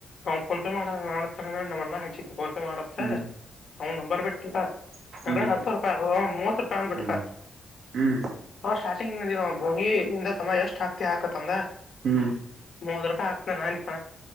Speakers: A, on the left (about 55°); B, on the right (about 75°).
A: ನಂಸೆ ಮಾಡ ಮಾಡ ನಮ್ಮಣ ಆ ಪಂಸೆ ಮಾಡತ್ತೆ
B: ಹ್ಮ್
A: ಅವನು ನಂಬರ್ ಬಿಟ್ಟಪಡ
B: ಹ್ಮ್
A: ಹತ್ತು ರೂಪಾಯ್ ಮೂವತ್ತು ರೂಪಾಯ್ ಅಂತ ಬಿಟ್ಟಪಾ
B: ಹ್ಮ್ ಹ್ಮ್ ಹ್ಮ್
A: ಹ ಸ್ಟಾರ್ಟಿಂಗ್ ಬೋನಿಂದ ತಮ್ಮ ಎಷ್ಟ್ ಆತಿ ಹಾಕತ್ಂದ
B: ಹ್ಮ್
A: ಮೂವತ್ ರೂಪಾಯಿ ಆಕ್ತ ನನ್ಪ